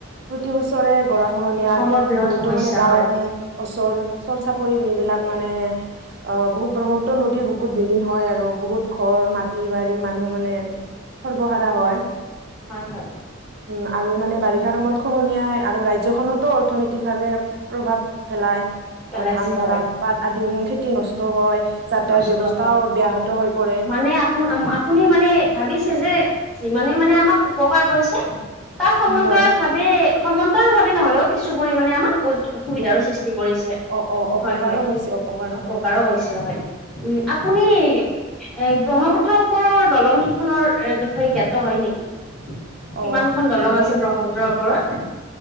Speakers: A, on the right (about 50°); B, in the centre.
A: প্ৰতি বছৰে গৰাখহনীয়াত
B: অসমৰ বৃহৎ
A: বহুতো
B: সমস্যা
A: মানে গাওঁ
B: হয়
A: উম ওচৰ চৰ-চাপৰি এইবিলাক মানে অ', বহুত ব্ৰহ্ম পুত্ৰ নদীৰ বুকুত বিলীন হয়, আৰু বহুত ঘৰ মাটি বাৰী মানুহ মানে সৰ্বহাৰা হয়।
B: হয়, হয়।
A: উম, আৰু মানে বাৰিষাৰ সময়ত খহনীয়াই আৰু ৰাজ্যখনতো অৰ্থনৈতিক ভাৱে প্ৰভাৱ পেলাই আহ,
B: পেলাইছে
A: ধান মৰা
B: হয়
A: পাত আদি খেতি নষ্ট হয়। যাতায়ত
B: নষ্ট
A: ব্যৱস্থাও
B: হয়
A: অব্যাহত হৈ পৰে।
B: মানে আপোন আপুনি মানে ভাবিছে যে, যিমানে মানে আমাক উপকাৰ হৈছে তাৰ সমান্তৰাল
A: উম, হয়।
B: ভাৱে মানে সমান্তৰাল ভাৱে নহ'লেও কিছু পৰিমাণে আমাৰ অসুবিধাৰো
A: হেল্ল'
B: সৃষ্টি কৰিছে
A: অ অ অপকাৰো
B: হয়, হয়,
A: হৈছে
B: অপকাৰো
A: হয়
B: হৈছে হয়। উম, আপুনি এ ব্ৰহ্মপুত্ৰৰ ওপৰৰ দলং কেইখনৰ বিষয়ে জ্ঞাত হয় নেকি? কিমান
A: অ
B: খন দলং
A: হয়
B: আছে ব্ৰহ্মপুত্ৰৰ ওপৰত?